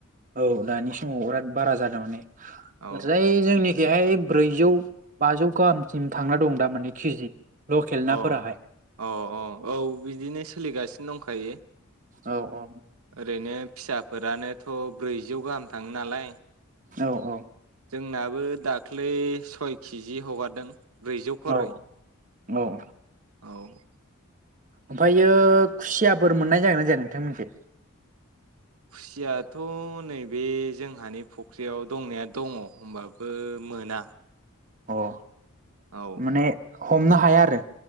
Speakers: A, on the right (about 35°); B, on the right (about 75°).
A: औ दानि समाव बिराद बारा जादों माने
B: औ
A: ओरैजाय जोंनि बेहाय ब्रैजौ बाजौ गाहामसिम थांना दं दा माने केजि लकेल नाफोराहाय
B: अ अ अ औ बिदिनो सोलिगासिनो दंखायो
A: औ औ
B: ओरैनो फिसाफोरानोथ' ब्रैजौ गाहाम थाङो नालाय
A: औ औ
B: जोंनाबो दाख्लै सय किजि हगारदों ब्रैजौ खरै
A: औ औ
B: औ
A: ओमफ्रायो खुसियाफोर मोननाय जागोना जाया नोंथांमोनथिं
B: खुसियाथ' नैबे जोंहानि फुख्रियाव दंनाया दङ होनबाबो मोना
A: औ
B: औ
A: माने हमनो हाया आरो